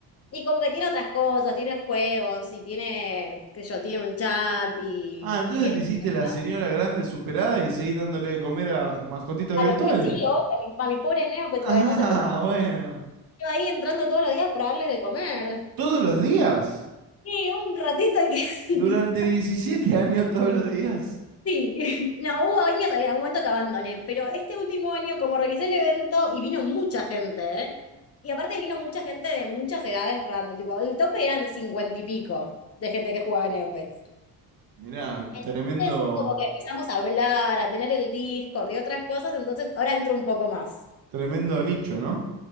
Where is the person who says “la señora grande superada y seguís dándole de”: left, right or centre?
Right